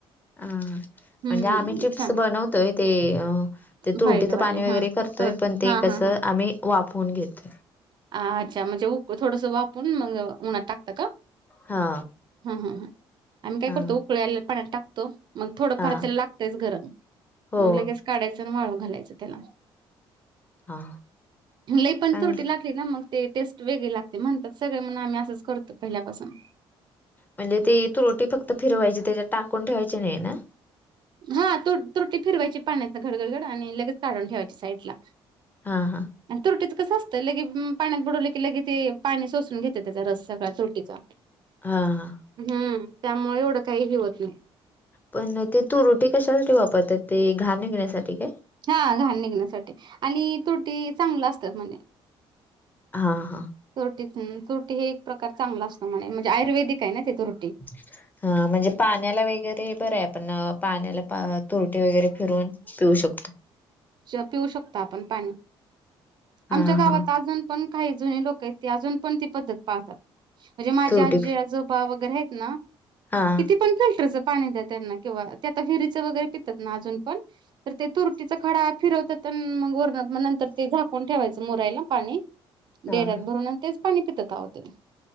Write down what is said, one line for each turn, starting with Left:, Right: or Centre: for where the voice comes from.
Left: हा हा.
Right: हम्म
Left: म्हणजे आम्ही चिप्स
Right: छान
Left: बनवतोय ते अ ते तुरटीचं
Right: व्हाईटवाले
Left: पाणी वगैरे
Right: हा
Left: करतोय,
Right: तोट
Left: पण ते
Right: हा
Left: कसं
Right: हा
Left: आम्ही वाफवून घेतोय.
Right: आ अच्छा म्हणजे उक थोडस वाफवून मग उन्हात टाकता का?
Left: हा
Right: हं हं हं. आम्ही काय
Left: हा
Right: करतो उकळी आलेल्या पाण्यात टाकतो. मग थोडंफार
Left: हा
Right: त्याला लागतेच गरम
Left: हो
Right: मग लगेच काढायच अन् वाळू घालायच त्याला.
Left: हा
Right: लई पण
Left: चांगलं
Right: तुरटी लाग ते काय मग ते टेस्ट वेगळी लागते म्हणतात. सगळे म्हण आम्ही असंच करतो पहिल्यापासून.
Left: म्हणजे ती तूरटी फक्त फिरवायची, त्याच्यात टाकून ठेवायची नाही ना?
Right: हा तु तुरटी फिरवायची पाण्यातन घड घड घड आणि लगेच काढून ठेवायची साईड ला.
Left: हा हा.
Right: आणि तुरटीचं कसं असतंय लगे पाण्यात बुडवलं की लगे ते पाणी सोसून घेते त्याचा रस सगळया तुरटीचा
Left: आ हा.
Right: हम्म. त्यामुळे एवढं काहीही होत नाही.
Left: पण ती तूरटी कशासाठी वापरतात ते घाण निघण्यासाठी काय?
Right: हा घाण निघण्यासाठी आणि तुरटी चांगलं असतात म्हने.
Left: हा हा.
Right: तुरटी, तुरटी हे एक प्रकार चांगला असत म्हणे म्हणजे आयुर्वेदिक आहे ना ते तुर
Left: <inaudible> हा म्हणजे पाण्याला वगैरे बरं आहे पण पाण्याला पा तुरटी वगैरे फिरवून. पिऊ शकतो.
Right: च्या पिऊ शकता आपण पाणी. आमच्या
Left: हा
Right: गावात
Left: हा
Right: आजून पण काही जुने लोक का ते? अजून पण ती पद्धत पाळतात. म्हणजे माझे
Left: तुरटी
Right: आजी आजोबा वगैरे आहेत ना.
Left: हा हा
Right: किती पण फिल्टरच पाणी द्या त्यांना किंवा ते आता विहिरीचं वगैरे पितात ना आजून पण. तर ते तुरुटीचा खडा फिरवतात. प मग वरणात नंतर ते झाकून ठेवायचं मुरायला पाणी डेरा
Left: हा
Right: पुनान तेच पाणी पितात कावो ते?